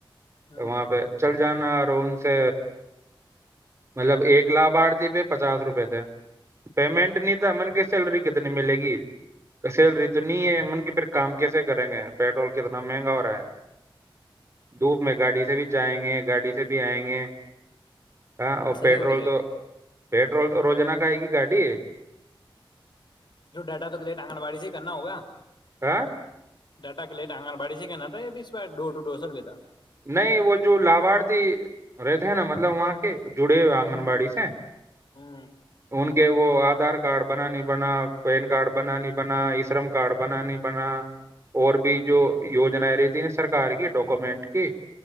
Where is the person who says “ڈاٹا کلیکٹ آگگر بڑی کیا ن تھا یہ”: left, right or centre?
Left